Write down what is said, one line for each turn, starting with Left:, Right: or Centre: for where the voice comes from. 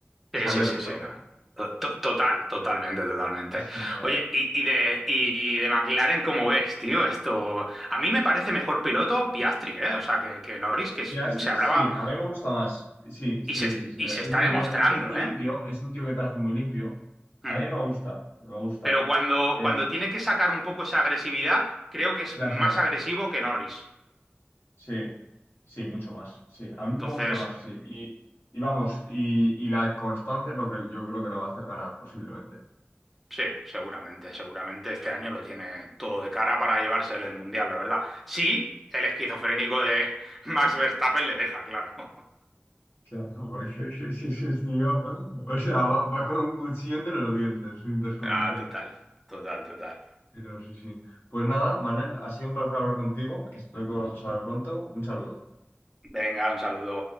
Left: Sale
Centre: Sí, sí,
Left: Verstappen.
Centre: sí, sí, no. To- to- Total, totalmente, totalmente.
Left: Es inigualable.
Centre: Oye, y, y de, y, y de McLaren, ¿cómo ves, tío? Esto. A mí me parece mejor piloto Piastri, ¿eh? O sea, que, que Norris, que s-
Left: Piastri,
Centre: se hablaba
Left: sí, a mí me gusta más. Sí, sí,
Centre: y se,
Left: sí, sí.
Centre: y se
Left: Es
Centre: está
Left: muy
Centre: demostrando,
Left: bueno, es muy es muy
Centre: ¿eh?
Left: limpio. Es un tío que traza muy limpio. A
Centre: Mm.
Left: mí me gusta, me gusta.
Centre: Pero cuando,
Left: Eh,
Centre: cuando tiene que sacar un poco esa agresividad, creo que es
Left: la
Centre: más
Left: saca.
Centre: agresivo que Norris.
Left: Sí, sí, mucho más. Sí, a mí
Centre: Entonces.
Left: me gusta más, sí. Y, y vamos, y, y la constancia es lo que yo creo que le va a hacer ganar posiblemente.
Centre: Sí, seguramente, seguramente este año lo tiene todo de cara para llevarse el Mundial, la verdad. Sí, el esquizofrénico de Max Verstappen le deja, claro. <laughs>
Left: Claro, porque <laughs> sí, sí, sí, es tío. ¿no? O sea, va, va con un cuchillo entre los dientes mientras conduce.
Centre: Ah, total, total, total.
Left: Pero sí, sí. Pues nada, Manel, ha sido un placer hablar contigo. Espero que volvamos a hablar pronto. Un saludo.
Centre: Venga, un saludo.